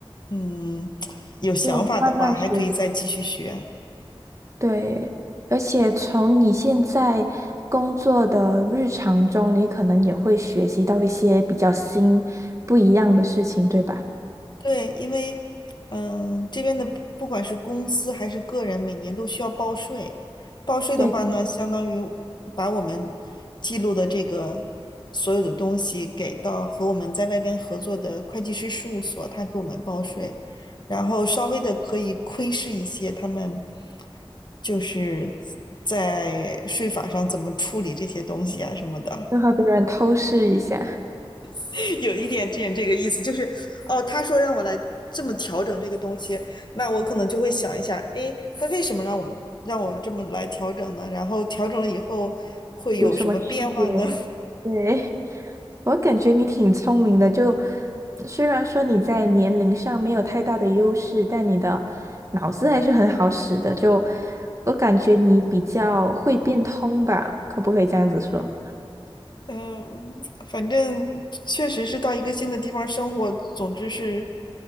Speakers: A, on the left; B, on the right.
A: 嗯 <tsk> 有想法的话，
B: 就慢慢学。
A: 还可以再继续学。
B: 对，而且从你现在工作的日常中，你可能也会学习到一些比较新、不一样的事情，对吧？
A: 对，因为嗯，这边的不不管是公司还是个人，每年都需要报税。报税的话呢，
B: 对的，
A: 相当于把我们记录的这个所有的东西给到和我们在外边合作的会计师事务所，他给我们报税，然后稍微的可以窥视一些他们就是在税法上怎么处理这些东西啊什么的。
B: 就和别人偷视一下
A: <laughs> 有一点点这个意思，就是哦，他说让我来这么调整这个东西，那我可能就会想一下，诶，他为什么让我让我这么来调整呢？然后调整了以后会有什么变化呢？
B: 有什么区别。对，<laughs> 我感觉你挺聪明的，就虽然说你在年龄上没有太大的优势，但你的脑子还是很好使的，就我感觉你比较会变通吧，可不可以这样子说？
A: <laughs> 嗯，呃反正确实是到一个新的地方生活，总之是